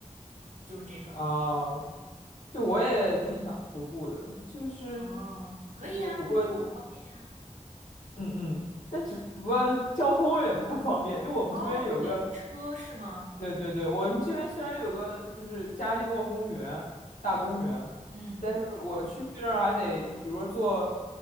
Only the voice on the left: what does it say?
啊，对，
我也挺想徒步的，就是
就是不过
嗯嗯，但只不过交通有点不太方便。就我们这边有个，
对对对，我们这边虽然有个就是加利诺公园大公园，
但是我去那儿还得就比如说坐